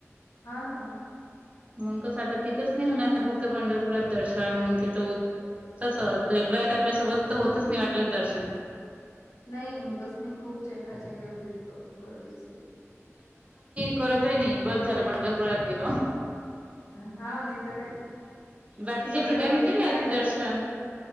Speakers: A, on the left; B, on the right.
A: हा ना हो ना.
B: मग कसं आता तिथंच नाही होणार फक्त पंढरपुरात दर्शन मग त तू कस लेकर आहेत आपल्यासोबत तर होतच नाही वाटलंच दर्शन
A: नाही होतच नाही खूप चेंगरा चेंगरी होते तिथं खूप गर्दी असते.
B: करत आहे नाही बस झालं पंढरपुर्यात गेल.
A: हा नयत का
B: बाकीच्या
A: एवढ्या
B: ठिकाणी
A: गर्दीत
B: केले
A: काय
B: आहे ते
A: करता
B: दर्शन